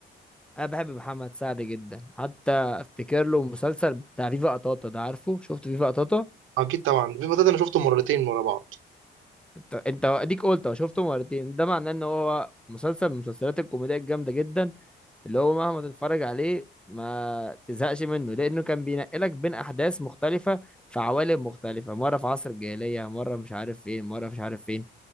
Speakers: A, in the centre; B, on the right (about 85°).
A: انا بحب محمد سعد جدا حتى افتكر له مسلسل بتاع فيفا قطاطا ده عارفه شفت فيفا قطاطا
B: أكيد طبعًا، الفيلم ده أنا شُفته مرّتين ورا بعض.
A: انت انت اديك قلت أهو، شفته مرتين ده معناه ان هو مسلسل من المسلسلات الكوميدية الجامدة جدا اللي هو مهما تتفرج عليه ما تزهقش منه لانه كان بينقلك بين احداث مختلفه في عوالم مختلفه مره في عصر الجاهليه مره مش عارف فين مره مش عارف فين